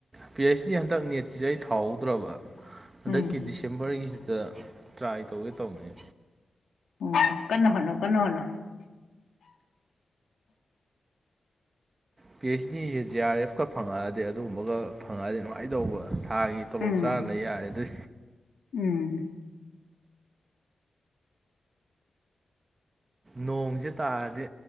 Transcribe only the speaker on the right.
ꯄꯤ ꯑꯩꯆ ꯗꯤ ꯍꯟꯗꯛ ꯅꯦꯠꯀꯤꯁꯦ ꯑꯩ ꯊꯥꯎꯍꯧꯗ꯭ꯔꯕ ꯍꯟꯗꯛꯀꯤ
ꯗꯤꯁꯦꯝꯕꯔꯒꯤꯁꯤꯗ ꯇ꯭ꯔꯥꯏ ꯇꯧꯒꯦ ꯇꯧꯕꯅꯦ
ꯄꯤ ꯑꯩꯆ ꯗꯤꯁꯦ ꯖꯤ ꯑꯥꯔ ꯑꯦꯐꯀ ꯐꯪꯉꯛꯑꯗꯤ ꯑꯗꯨꯒꯨꯝꯕꯒ ꯐꯪꯉꯛꯑꯗꯤ ꯉꯥꯏꯇꯧꯕ ꯊꯥꯒꯤ ꯇꯣꯂꯣꯞ
ꯆꯥꯔ ꯂꯩ ꯌꯥꯔꯦ ꯑꯗꯨꯗꯤ
ꯅꯣꯡꯁꯦ ꯇꯥꯔꯗꯤ